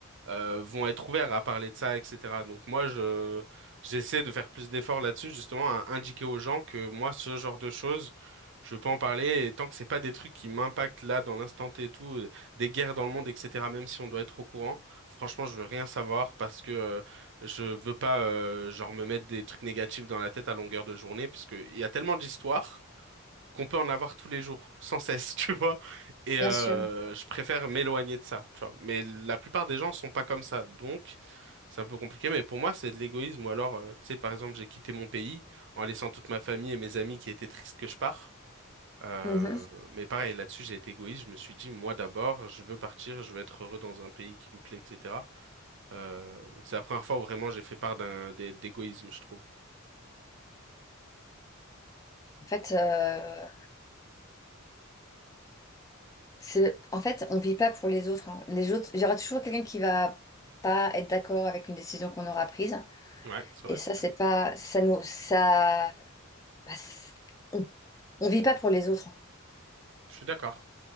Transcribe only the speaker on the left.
bien sûr.
Mhm.
En fait, euh, c'est, en fait, on vit pas pour les autres. hein. Les autres, il y aura toujours quelqu'un qui va pas être d'accord avec une décision qu'on aura prise.
Et
ça, c'est pas, ça nous, ça, bah, c'est- on, on vit pas pour les autres.